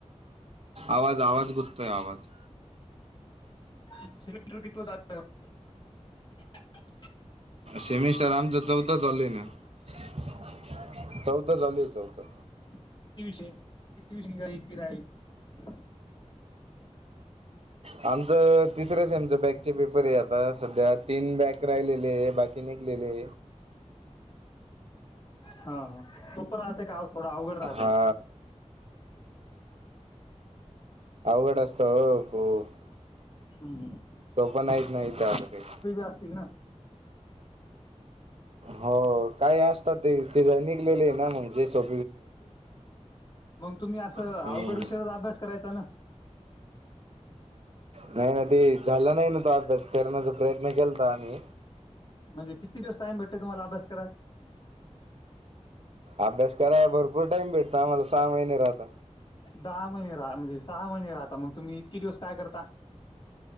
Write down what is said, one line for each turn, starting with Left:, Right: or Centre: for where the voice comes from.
Right: आवाज, आवाज, गुत आवाज.
Left: <unintelligible>
Right: सेमिस्टर आमचं चौथं, चालूय ना चौथं, चालू आहे चालूय चौथं.
Left: किती विषय, किती विषय, निघाले. <unintelligible>
Right: आमचं तिसरं सेमचं बॅकचे पेपर आहे. आता सध्या. तीन बॅक राहिलेले बाकी निघलेले.
Left: हा हा! <unintelligible> थोड अवघड राहतय.
Right: हा अवघड असत हो खूप.
Left: हूं हूं!
Right: सोपं नाहीच ना इथ आता काही.
Left: असतील ना
Right: हो काही असतात ते ते निघलेले, ना मग जे सो
Left: मग तुम्ही असं
Right: हम्म
Left: अवघड विषयचाच अभ्यास करायचा ना. <inaudible>
Right: हं ते झाला नाही, ना तो अभ्यास करण्याचा प्रयत्न केलता आम्ही.
Left: म्हणजे किती डे टाईम भेटतो तुम्हाला अभ्यास कराया
Right: अभ्यास कराय भरपूर टाइम भेटतो आम्हाला सहा महिने राहता.
Left: दहा महिने, राहा म्हणजे सहा महिने, राहता मग तुम्ही इतके दिवस. काय करता?